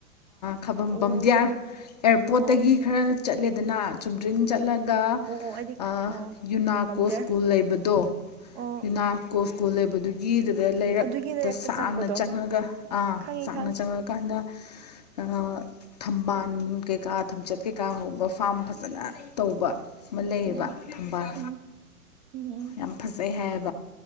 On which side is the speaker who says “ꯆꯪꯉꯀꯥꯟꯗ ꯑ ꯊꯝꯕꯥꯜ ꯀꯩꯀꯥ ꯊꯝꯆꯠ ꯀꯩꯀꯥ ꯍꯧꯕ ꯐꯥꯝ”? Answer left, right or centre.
Left